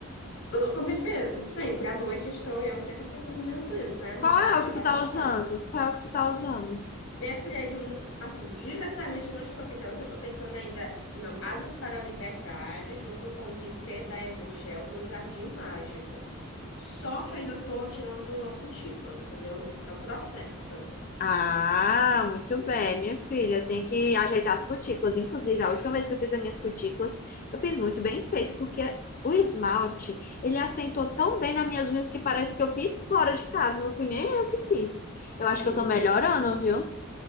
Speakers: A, on the left (about 65°); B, on the left (about 40°).
A: Tô- Como minha filha, sempre à noite estou eu sempre pintando minhas unhas, né? Momento
B: Qual é
A: de
B: o que
A: relaxar.
B: tu tá usando? Qual é o que tu tá usando?
A: Minha filha ainda, não- assim, diretamente não estou pintando, que eu tô pensando ainda no Asas para a Liberdade, junto com o Risqué da Emangel, o Jardim Mágico. Só que ainda tô tirando as cutículas, entendeu? É o processo.
B: Ah, muito bem, minha filha. Tem que ajeitar as cutículas. Inclusive, a última vez que eu fiz as minhas cutículas, eu fiz muito bem feito, porque o esmalte, ele assentou tão bem nas minhas unhas que parece que eu fiz fora de casa. Não fui nem eu que fiz. Eu acho
A: Menina.
B: que eu tô melhorando, viu?